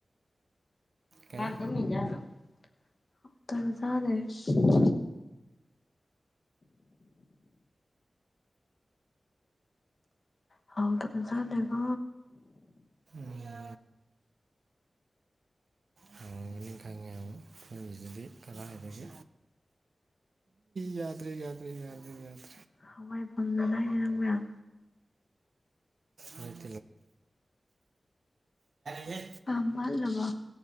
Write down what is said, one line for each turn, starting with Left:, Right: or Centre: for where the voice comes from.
Left: ꯖꯗꯦ
Right: ꯀꯔꯤ
Left: ꯍꯥꯎꯗ ꯃꯖꯅꯦꯀꯣ
Right: ꯃꯌꯥ ꯊꯥꯡꯒ ꯅꯤꯡ ꯈꯉꯦ ꯑꯃ ꯑꯩꯅꯒꯤꯗꯨꯗꯤ ꯀꯂꯥ ꯍꯥꯏꯕꯗꯒꯤ ꯌꯥꯗ꯭ꯔꯔꯤ ꯌꯥꯗ꯭ꯔꯔꯤ ꯌꯥꯗꯦ ꯌꯥꯗ꯭ꯔꯔꯤ
Left: ꯍꯋꯥꯏꯐꯝꯅꯗꯥ ꯍꯥꯏꯅꯦ ꯅꯪꯕꯌꯥꯝ
Right: ꯂꯇ ꯂ
Left: ꯑꯥꯃꯜꯂꯕ